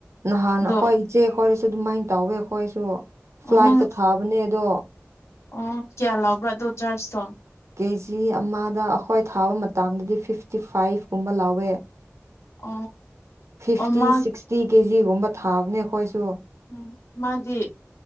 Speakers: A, on the right; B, on the left.
A: ꯅꯍꯥꯟ
B: ꯑꯗꯣ
A: ꯍꯣꯏ ꯏꯆꯦ ꯈꯣꯏꯁꯨ ꯑꯗꯨꯃꯥꯏꯅ ꯇꯧꯋꯦ ꯑꯩꯈꯣꯏꯁꯨ ꯐ꯭ꯂꯥꯏꯠꯇ
B: ꯑꯣ ꯅꯪ
A: ꯊꯥꯕꯅꯦꯗꯣ ꯑꯣ
B: ꯑꯣ ꯀꯌꯥ ꯂꯧꯕ꯭ꯔꯥ ꯑꯗꯨ ꯆꯥꯔꯖꯇꯣ
A: ꯀꯦ ꯖꯤ ꯑꯃꯗ ꯑꯩꯈꯣꯏ ꯊꯥꯕ ꯃꯇꯝꯗꯗꯤ ꯐꯤꯐꯇꯤ ꯐꯥꯏꯚ ꯀꯨꯝꯕ ꯂꯥꯎꯋꯦ
B: ꯑꯣ
A: ꯐꯤꯐꯇꯤ
B: ꯑꯣ ꯃꯥ
A: ꯁꯤꯛꯁꯇꯤ ꯀꯦꯖꯤ ꯒꯨꯝꯕꯥ ꯊꯥꯕꯅꯤꯈꯣꯏꯁꯨ
B: ꯎꯝ ꯃꯥꯗꯤ